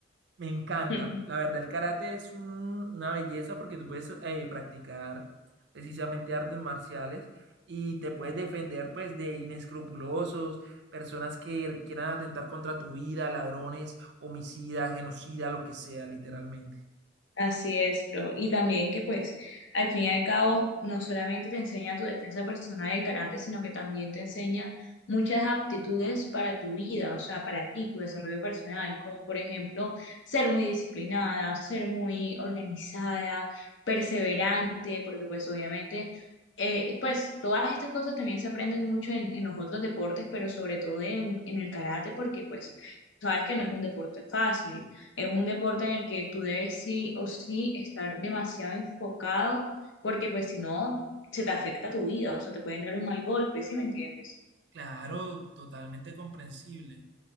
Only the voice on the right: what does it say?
Me encanta.
La verdad, el karate es un- una belleza porque tú puedes eh, practicar precisamente artes marciales y te puedes defender pues de inescrupulosos, personas que quieran atentar contra tu vida, ladrones, homicidas, genocida, lo que sea, literalmente.
Claro, totalmente comprensible.